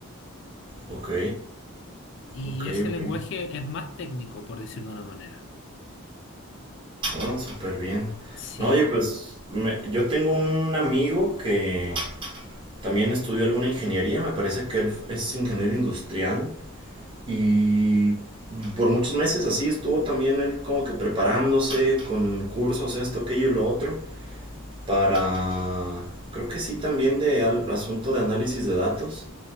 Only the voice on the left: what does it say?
Y
ese
lenguaje es más técnico, por decirlo de una manera.
Sí,